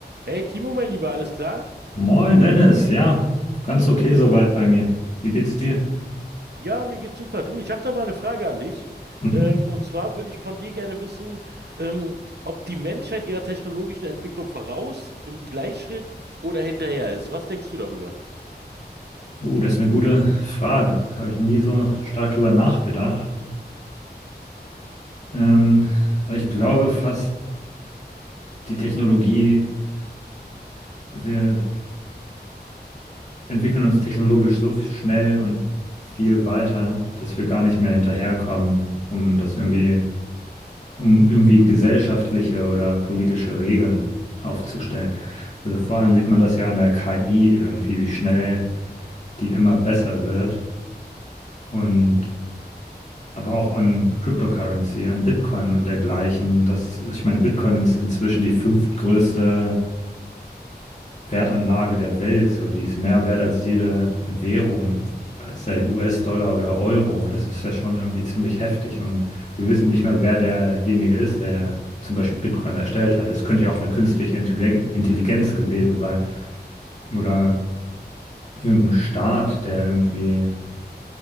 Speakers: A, on the right; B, on the left.
A: Hey Timo, mein Lieber, alles klar?
B: Moin Dennis, ja, ganz okay soweit bei mir. Wie geht's dir?
A: Ja, mir geht's super. Du, ich habe da mal eine Frage an dich.
B: Mhm.
A: Ähm, und zwar würde ich von dir gerne wissen, ähm, ob die Menschheit ihrer technologischen Entwicklung voraus, im Gleichschritt oder hinterher ist. Was denkst du darüber?
B: Uh, das ist eine gute Frage. Habe ich nie so stark drüber nachgedacht. Ähm, aber ich glaube fast, die Technologie, wir entwickeln uns technologisch so schnell und viel weiter, dass wir gar nicht mehr hinterherkommen, um das irgendwie, um irgendwie gesellschaftliche oder politische Regeln aufzustellen. Also vor allem sieht man das ja an der KI irgendwie, wie schnell die immer besser wird Und aber auch an Cryptocurrency, an Bitcoin und dergleichen. Das, ich meine, Bitcoin ist inzwischen die fünftgrößte Wertanlage der Welt. So, die ist mehr wert als jede Währung, als der US-Dollar oder Euro. Und das ist ja schon irgendwie ziemlich heftig. Und wir wissen nicht mehr, wer derjenige ist, der zum Beispiel Bitcoin erstellt hat. Das könnte ja auch eine künstliche Intelli- Intelligenz gewesen sein. Oder irgendein Staat, der irgendwie